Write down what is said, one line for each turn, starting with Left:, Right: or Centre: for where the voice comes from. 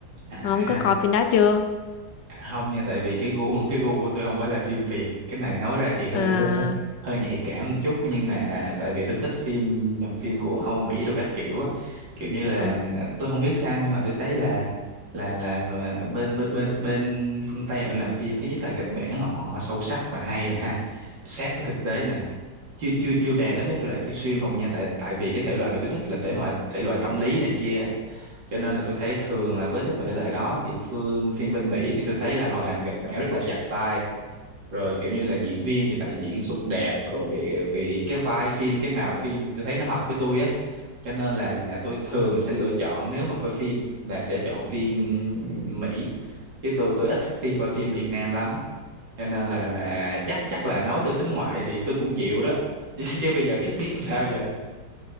Right: à,
Left: không có coi phim đó chưa
Right: à, không nha tại vì cái gu <laughs> cái gu của tôi không phải là phim Việt cái này nói ra thì hơi
Left: à
Right: hơi hơi hơi nhạy cảm một chút nhưng mà tại vì tôi thích phim dòng phim của Âu Mỹ đồ các kiểu á kiểu như là
Left: À,
Right: tôi không biết sao nhưng mà tôi thấy là là là là bên bên bên bên phương Tây họ làm phim thứ nhất là kịch bản họ sâu sắc và hay nè ha sát với thực tế nè chưa chưa chưa bàn tới mấy thể loại thi siêu anh hùng nha tại tại vì cái thể loại mà tôi thích là thể loại thể loại tâm lý này kia cho nên là tôi thấy thường là với cái thể loại đó thì phương phim bên Mỹ thì tôi thấy là họ làm kịch bản rất là chặt tay rồi kiểu như là diễn viên thì lại diễn xuất đẹp rồi vì cái vai phim cái màu phim thì tôi thấy nó hợp với tôi á cho nên là là tôi thường sẽ lựa chọn nếu mà coi phim là sẽ chọn phim Mỹ chứ tôi tôi ít khi coi phim Việt Nam lắm cho nên là là chắc chắc là nói tôi xính ngoại thì tôi cũng chịu đó <laughs> chứ chứ bây giờ biết biết làm sao vậy